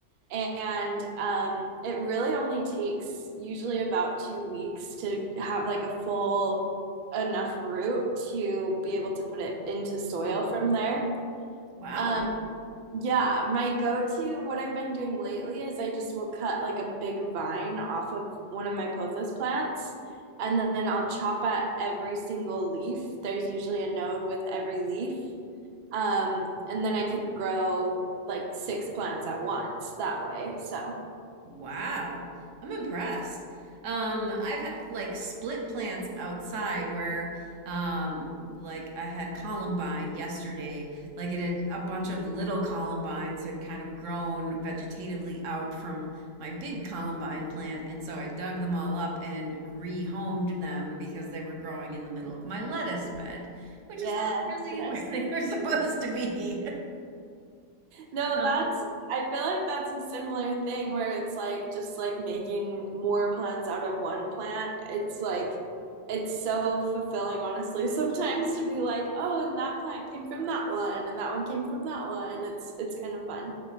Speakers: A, on the right; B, on the right.
A: And um, it really only takes usually about two weeks to have like a full enough root to be able to put it into soil from there.
B: Wow.
A: Um, yeah, my go-to, what I've been doing lately is I just will cut like a big vine off of one of my pothos plants, and then I'll chop at every single leaf. There's usually a node with every leaf. Um, and then I can grow like six plants at once that way. So,
B: Wow. I'm impressed. Um, I've had, like split plants outside where um like I had columbine yesterday. Like it had a bunch of little columbines had kind of grown vegetatively out from my big columbine plant, and so I dug them all up and rehomed them because they were growing in the middle of my lettuce bed, which
A: yes,
B: is not really
A: yes.
B: <laughs> where they were supposed to be.
A: No,
B: <laughs>
A: that's, I feel like that's a similar thing where it's like just like making more plants out of one plant. It's like, it's so fulfilling, honestly, <laughs> sometimes to be like, oh, and that plant came from that one, and that one came from that one. It's, it's kind of fun.